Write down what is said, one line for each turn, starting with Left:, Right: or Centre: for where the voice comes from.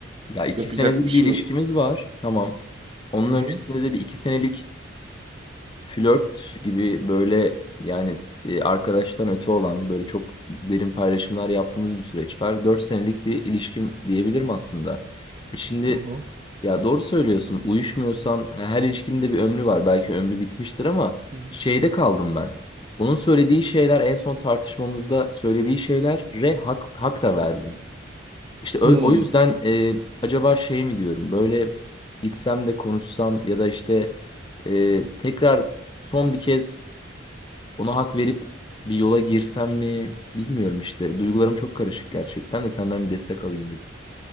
Left: ya iki
Right: yapacak
Left: senedir
Right: bir şey
Left: bir ilişkimiz
Right: yok.
Left: var. Tamam. Onun
Right: Hı
Left: öncesinde
Right: hı.
Left: de bir iki senelik flört gibi böyle yani e, arkadaştan öte olan böyle çok derin paylaşımlar yaptığımız bir süreç var. Dört senelik bir ilişkim diyebilirim aslında. E şimdi
Right: Hı hı.
Left: ya doğru söylüyorsun uyuşmuyorsan he- her ilişkinin de bir ömrü var. Belki ömrü bitmiştir ama
Right: Hı hı.
Left: şeyde kaldım ben. Onun söylediği şeyler en son tartışmamızda söylediği şeylere hak, hak da verdim. İşte o,
Right: Hı.
Left: o yüzden e, acaba şey mi diyorum böyle gitsem de konuşsam ya da işte e, tekrar son bir kez ona hak verip bir yola girsem mi bilmiyorum işte. Duygularım çok karışık gerçekten de senden bir destek alayım dedim.